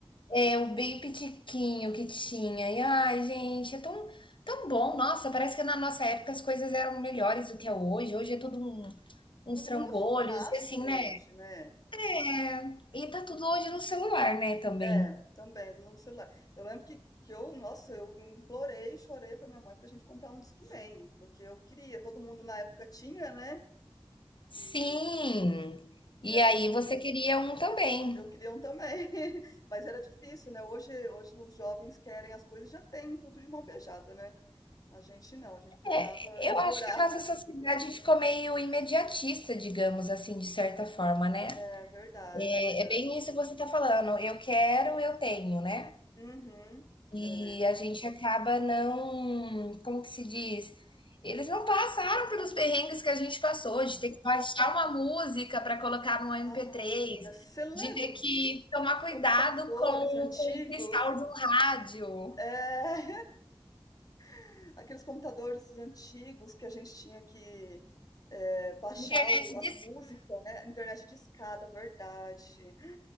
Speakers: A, on the left; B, on the left.
A: É, o bem pitiquinho que tinha. E ai, gente, é tão, tão bom. Nossa, parece que na nossa época as coisas eram melhores do que é hoje. Hoje é tudo um- uns
B: Tudo
A: trambolhos
B: muito fácil
A: e assim,
B: hoje,
A: né?
B: né?
A: É, e tá tudo hoje no celular, né, também.
B: É, também, tudo no celular. Eu lembro que, que eu, nossa, eu implorei, chorei pra minha mãe pra gente comprar um Discman, porque eu queria, todo mundo na época tinha, né?
A: Sim.
B: E, e
A: E
B: aí
A: aí você queria um também.
B: Eu queria um também, <laughs> mas era difícil, né? Hoje, hoje os jovens querem as coisas e já têm tudo de mão beijada, né? A gente não, a gente precisava
A: É,
B: implorar.
A: eu acho que a nossa
B: <laughs>
A: sociedade ficou meio imediatista, digamos assim, de certa forma, né?
B: É verdade,
A: É,
B: é verdade.
A: é bem isso que você tá falando. Eu quero, eu tenho, né?
B: Uhum,
A: E
B: é.
A: a gente acaba não, como que se diz? Eles não passaram pelos perrengues que a gente passou, de ter que baixar uma música para colocar no MP3,
B: Ah, menina, você lembra
A: de ter
B: dos
A: que tomar cuidado
B: computadores
A: com,
B: antigos?
A: com o cristal de um rádio,
B: É, <laughs> aqueles computadores antigos que a gente tinha que é, baixar
A: internet
B: o- as
A: de
B: músicas, né? Internet discada, verdade.